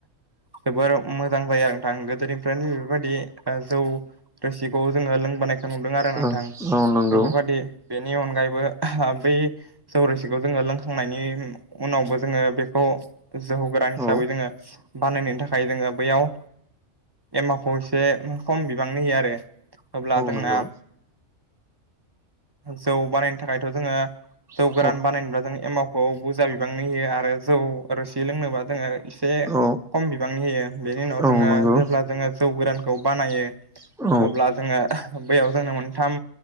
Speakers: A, on the right; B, in the centre.
A: जोबोर मोजां जायो नोंथां गोदोनिफ्रायनो बेफोरबायदि जौ रोसिखौ जोङो लोंबोनायखौ नुदों आरो
B: औ
A: नोंथां
B: औ नंगौ औ नंगौ
A: बेफोरबायदि बेनि अनगायैबो बै जौ रोसिखौ जोङो लोंखांनायनि उनावबो जोङो बेखौ जोहौ गोरान हिसाबै
B: औ
A: जोङो बानायनायनि थाखाय जोङो बैयाव एमावखौ एसे खम बिबांनि होयो आरो अब्ला जोंना
B: औ नंगौ
A: जौ बानायनो थाखायथ' जोङो जौ
B: औ
A: गोरान बानायनोब्ला जों एमावखौ बुरजा बिबांनि होयो आरो जौ आरो सि लोंनोबा जोङो एसे
B: औ
A: खम बिबांनि होयो बेनि उनाव
B: औ
A: जोङो
B: नंगौ
A: जेब्ला जोङो जौ गोरान खौ बानायो
B: औ
A: अब्ला जोङो बैयाव जोंनो मोनथाम